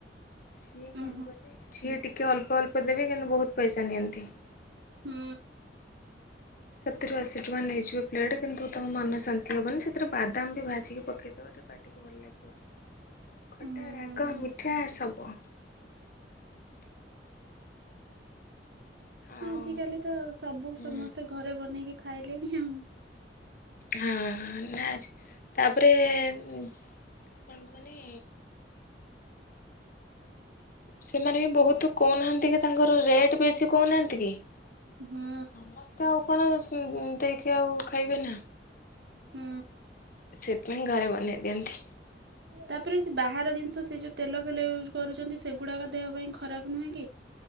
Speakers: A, on the left; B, on the right.
A: ସିଏ
B: ହୁଁ
A: କଣ କୁହନ ସିଏ ଟିକଏ ଅଳ୍ପ ଅଳ୍ପ ଦେବେ କିନ୍ତୁ ବହୁତ ପଇସା ନିଅନ୍ତି।
B: ହୁଁ
A: ସତରୁ ଅଶୀ ଟଙ୍କା ନେଇଯିବେ ପ୍ଲେଟ୍ କିନ୍ତୁ ତମ ମନ ଶାନ୍ତି ହବନି ସେଥିରେ ବାଦାମ ବି ଭାଜିକି ପକେଇଦବ ଟିକେ। ଟିକେ ଭଲ ଲାଗିବ ଖଟା
B: ହୁଁ ହୁଁ
A: ରାଗ ମିଠା ସବୁ ଆଉ
B: ଆଜିକାଲି ତ ସବୁ
A: ହୁଁ
B: ସମସ୍ତେ ଘରେ ବନେଇକି ଖାଇଲେଣି ଆଉ
A: ହଁ ହଁ ଆଜି ତାପରେ କଣ କୁହନି? ସେମାନେ ବି ବହୁତ କହୁନାହାନ୍ତି କି ତାଙ୍କର ରେଟ୍ ବେଶୀ କହୁନାହାନ୍ତି କି?
B: ହୁଁ
A: ସମସ୍ତେ ଆଉ କଣ ଦେଇକି ଆଉ ଖାଇବେ ନା?
B: ହୁଁ।
A: ସେଥିପାଇଁ ଘରେ ବନେଇ ଦିଅନ୍ତି।
B: ତାପରେ ବାହାର ଜିନିଷ ସେ ଯୋଉ ତେଲ ଫେଲ ୟୁଜ୍ କରୁଛନ୍ତି ସେଗୁଡାକ ଦେହ ପାଇଁ ଖରାପ ନୁହେଁ କି?